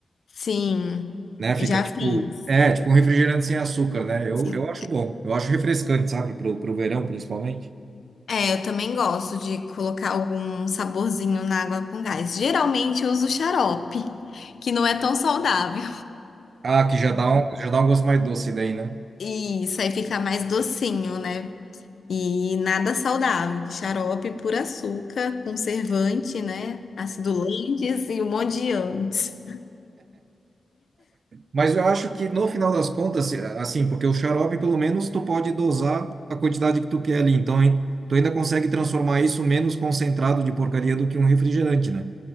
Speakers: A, on the left (about 60°); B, on the right (about 60°).
A: Sim,
B: né? Fica
A: já
B: tipo,
A: fiz.
B: é, tipo um refrigerante sem açúcar, né? Eu,
A: Sim.
B: eu acho bom, eu acho refrescante, sabe? Pro, pro verão, principalmente.
A: É, eu também gosto de colocar algum saborzinho na água com gás. Geralmente eu uso xarope, que não é tão saudável.
B: Ah, que já dá um, já dá um gosto mais doce daí, né?
A: E isso aí fica mais docinho, né? E nada saudável, que xarope por açúcar, conservante, né? Acidulantes e um monte de antes.
B: Mas eu acho que no final das contas, se- assim, porque o xarope, pelo menos, tu pode dosar a quantidade que tu quer ali. Então, hein, tu ainda consegue transformar isso menos concentrado de porcaria do que um refrigerante, né?